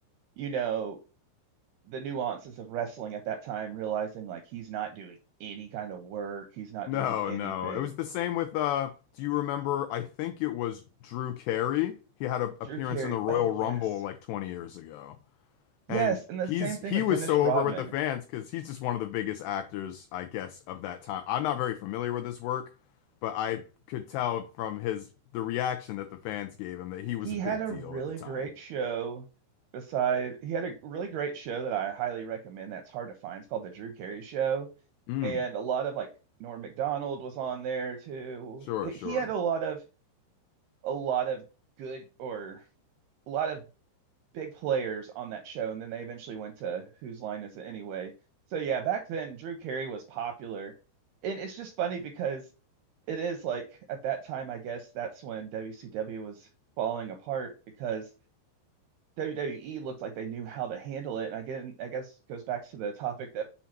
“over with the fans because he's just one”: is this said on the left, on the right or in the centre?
Left